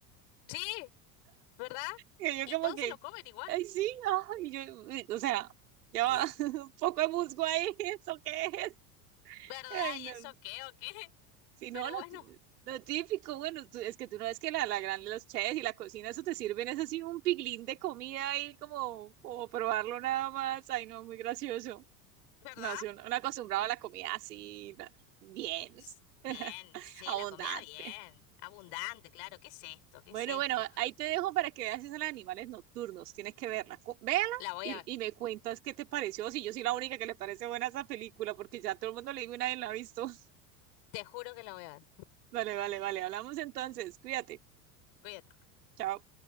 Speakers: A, on the left (about 65°); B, on the right (about 85°).
A: Sí, ¿verdad?
B: Y yo
A: Y
B: como
A: todos
B: que,
A: se lo comen igual.
B: ay, sí, ay, yo, o sea, ya
A: <clears throat>
B: va,
A: <laughs>
B: <laughs> un poco de musgo ahí, <laughs> ¿eso qué es?
A: ¿Verdad?
B: Ay, no.
A: ¿Y eso qué o qué?
B: Si no,
A: Pero
B: lo,
A: bueno,
B: tí- lo típico, bueno, tú- es que tú no ves que la, la gran, los chefs y la cocina, eso te sirven, es así un piglín de comida ahí como, como probarlo nada más. Ay, no, muy gracioso.
A: ¿verdad?
B: No, soy un, un acostumbrado a la comida así, na- bien,
A: S-
B: <laughs>
A: Bien, sí,
B: abundante.
A: la comida bien. Abundante, claro. ¿Qué es esto? ¿Qué
B: Bueno,
A: es esto?
B: bueno, ahí te dejo para que veas esos animales nocturnos. Tienes que verla. Cu- Véala
A: La voy
B: y,
A: a ver.
B: y me cuentas qué te pareció. Si yo soy la única que le parece buena esa película, porque ya todo el mundo le digo y nadie la ha visto.
A: Te juro que la voy a ver.
B: <laughs> Vale, vale, vale. Hablamos entonces. Cuídate.
A: Cuídate.
B: Chao.